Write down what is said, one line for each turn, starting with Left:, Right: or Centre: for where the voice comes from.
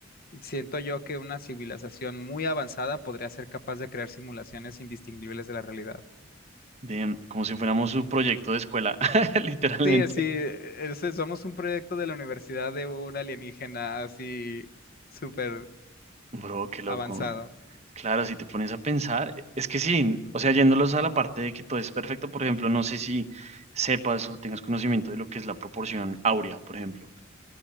Left: Siento yo que una civilización muy avanzada podría ser capaz de crear simulaciones indistinguibles de la realidad.
Right: De, como si fuéramos su proyecto de escuela, <laughs> literalmente.
Left: Sí, así, eh, ese- somos un proyecto de la universidad de un alienígena así súper
Right: Bro, qué loco.
Left: avanzado.
Right: Claro, si te pones a pensar, es que sí, o sea, yéndolos a la parte de que todo es perfecto, por ejemplo, no sé si sepas o tengas conocimiento de lo que es la proporción áurea, por ejemplo.